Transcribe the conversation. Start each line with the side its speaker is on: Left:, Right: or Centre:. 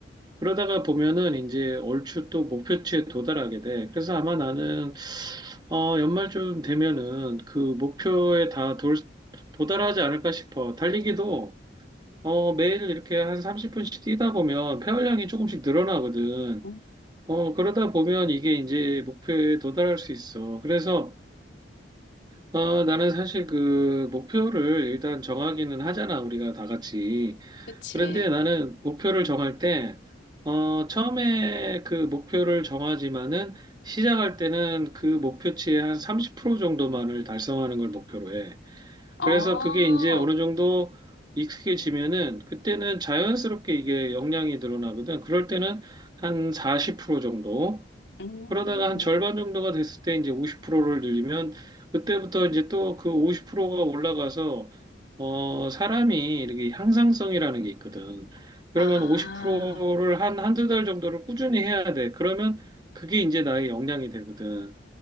Right: 그러다가 보면은 이제 얼추 또 목표치에 도달하게 돼. 그래서 아마 나는 어 연말쯤 되면은 그 목표에 다 돌, 도달하지 않을까 싶어. 달리기도 어 매일 이렇게 한 30분씩 뛰다 보면 폐활량이 조금씩 늘어나거든.
Left: 음.
Right: 어 그러다 보면 이게 이제 목표에 도달할 수 있어. 그래서 어 나는 사실 그 목표를 일단 정하기는 하잖아. 우리가 다 같이.
Left: 그치.
Right: 그런데 나는 목표를 정할 때, 어, 처음에 그 목표를 정하지만은 시작할 때는 그 목표치의 한 30% 정도만을 달성하는 걸 목표로 해.
Left: 아,
Right: 그래서 그게 이제 어느 정도 익숙해지면은 그때는 자연스럽게 이게 역량이 늘어나거든. 그럴 때는 한 40% 정도.
Left: 음.
Right: 그러다가 한 절반 정도가 됐을 때 이제 50%를 늘리면 그때부터 이제 또 그 50%가 올라가서 어 사람이 이렇게 향상성이라는 게 있거든. 그러면
Left: 아,
Right: 50%를 한 한두 달 정도를 꾸준히 해야 돼. 그러면 그게 이제 나의 역량이 되거든.